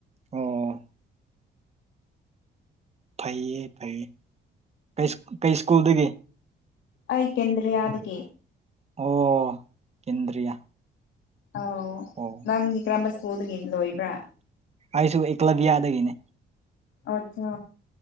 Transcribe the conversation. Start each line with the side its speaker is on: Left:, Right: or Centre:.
Right: ꯑꯣ ꯐꯩꯌꯦ ꯐꯩꯌꯦ ꯀꯩꯁ ꯀꯩ ꯁ꯭ꯀꯨꯜꯗꯒꯤ
Left: ꯑꯩ ꯀꯦꯟꯗ꯭ꯔꯤꯌꯥꯗꯒꯤ
Right: ꯑꯣ ꯀꯦꯟꯗ꯭ꯔꯤꯌꯥ
Left: ꯑꯧ
Right: ꯑꯣ
Left: ꯅꯪꯗꯤ ꯀꯔꯝꯕ ꯁ꯭ꯀꯨꯜꯗꯒꯤ ꯂꯣꯏꯕ꯭ꯔꯥ
Right: ꯑꯩꯁꯨ ꯑꯦꯀ꯭ꯂꯥꯕꯤꯌꯥꯗꯒꯤꯅꯦ
Left: ꯑꯥꯠꯆꯥ